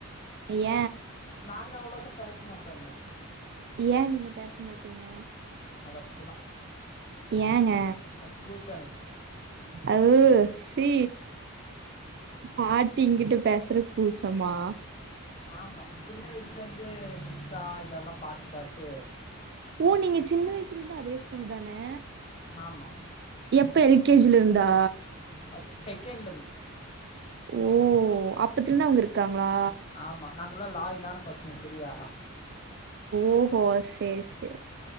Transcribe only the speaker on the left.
நாங்க அவ்ளோக்க பேச மாட்டோல்ல
அது அப்டி தா
அது கூச்ச எணக்கு
ஆமா சின்ன வயசுலருந்தே மிஸா இதெல்லா பாத்து பாத்து
ஆமா
பர்ஸ் செகண்ட்லந்து
ஆமா நாங்கல்லா லாயலான பசங்க செரியா